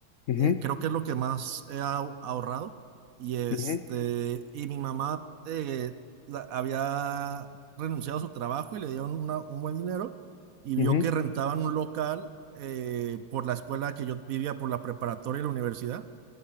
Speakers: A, on the left (about 75°); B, on the right (about 70°).
A: ujú,
B: eh, creo que es lo que más he ahu- ahorrado. Y este,
A: ujú,
B: y mi mamá eh, la- había renunciado a su trabajo y le dieron una- un buen dinero y vio
A: ujú,
B: que rentaban un local eh, por la escuela que yo vivía, por la preparatoria y la universidad.